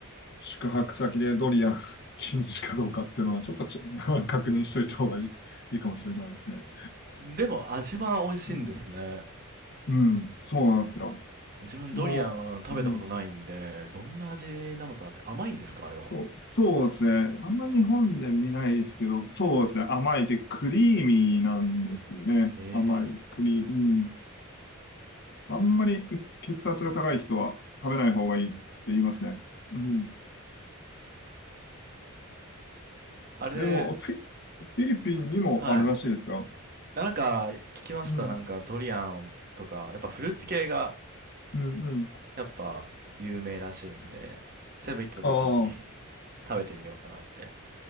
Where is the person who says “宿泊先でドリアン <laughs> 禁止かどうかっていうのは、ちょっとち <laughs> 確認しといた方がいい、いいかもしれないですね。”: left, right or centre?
Left